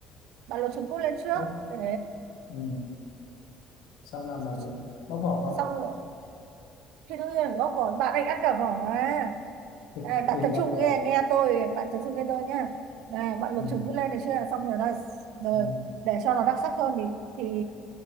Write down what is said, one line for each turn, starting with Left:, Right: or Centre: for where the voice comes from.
Right: bạn luộc trứng cút lên trước
Left: bóc
Right: để
Left: ừ. sang làm
Right: xong
Left: này đấy bóc vỏ không
Right: xong rồi khi đương nhiên là gốc vỏ bạn anh ăn cả vỏ à
Left: thịt
Right: Ê, bạn
Left: thịt
Right: tập
Left: gặp
Right: trung
Left: là
Right: nghe, nghe tôi bạn tập trung nghe tôi nhá này bạn lục
Left: ừ.
Right: chúng cứ lên được chưa xong rồi đây rồi
Left: Ừ.
Right: để cho nó đặc sắc hơn thì thì